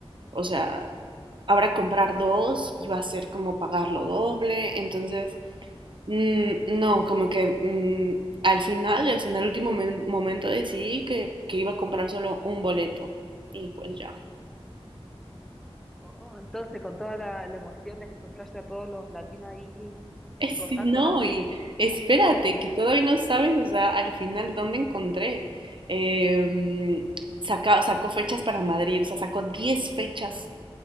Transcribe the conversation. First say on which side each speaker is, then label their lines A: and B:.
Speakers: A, on the right; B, in the centre.
A: O sea,
B: Oh,
A: ahora comprar dos iba a ser como pagarlo doble. Entonces, mm, no, como que mm, al final, o sea, en el último men- momento decidí que, que iba a comprar solo un boleto. Y pues ya.
B: Oh, oh, entonces, con toda la, la emoción de encontrarse a todos los latinos ahí
A: <laughs> Eh,
B: gozándola,
A: sí, no,
B: ¿no?
A: y espérate, que todavía no sabes, o sea, al final dónde encontré. Eh, mm, saca- sacó fechas para Madrid, o sea, sacó diez fechas
B: Claro,